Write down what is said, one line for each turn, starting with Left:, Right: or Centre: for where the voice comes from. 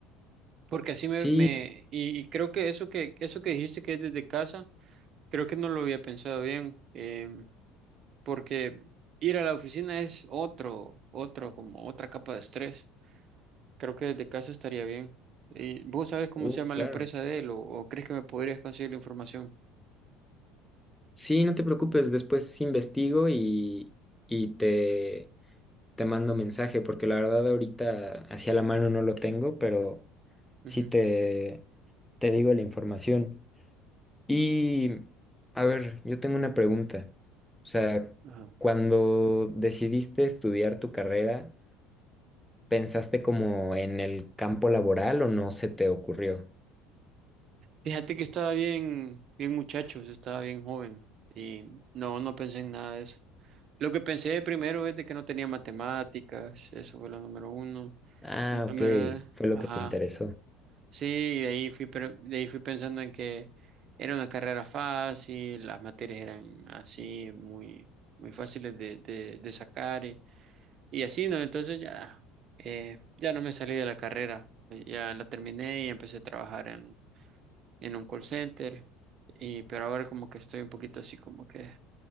Right: porque así me,
Centre: Sí,
Right: me y, y creo que eso que eso que dijiste que es desde casa, creo que no lo había pensado bien, em, porque ir a la oficina es otro, otro, como otra capa de estrés. Creo que desde casa estaría bien. ¿Y vos sabés cómo
Centre: Uh,
Right: se llama
Centre: claro.
Right: la empresa de él o, o crees que me podrías conseguir la información?
Centre: Sí, no te preocupes, después investigo y, y te, te mando mensaje, porque la verdad ahorita hacia la mano no lo tengo, pero sí
Right: Ujú,
Centre: te, te digo la información. Y, a ver, yo tengo una pregunta. O sea,
Right: ajá.
Centre: cuando decidiste estudiar tu carrera, ¿pensaste como en el campo laboral o no se te ocurrió?
Right: Fíjate que estaba bien, bien muchachos, estaba bien joven y no, no pensé en nada de eso. Lo que pensé primero es de que no tenía matemáticas, eso fue lo número uno.
Centre: Ah,
Right: Y número,
Centre: ok, fue lo
Right: ajá,
Centre: que te interesó.
Right: sí, y de ahí fui, pre- de ahí fui pensando en que era una carrera fácil, las materias eran así, muy, muy fáciles de, de, de sacar Y así, ¿no? Entonces ya, eh, ya no me salí de la carrera, eh, ya la terminé y empecé a trabajar en, en un call center, y, pero ahora como que estoy un poquito así como que